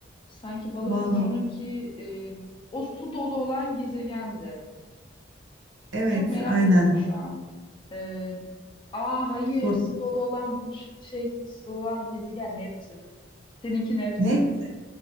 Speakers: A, on the left; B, on the right.
A: Sanki balık
B: Vallahi.
A: burcununki e, o su dolu olan gezegendi.
B: Evet,
A: Çok merak
B: aynen.
A: ettim şu an. E, aa hayır
B: Sor
A: su dolu olan burç şey su dolu olan gezegen Neptün. Seninki Neptün.
B: Neptün.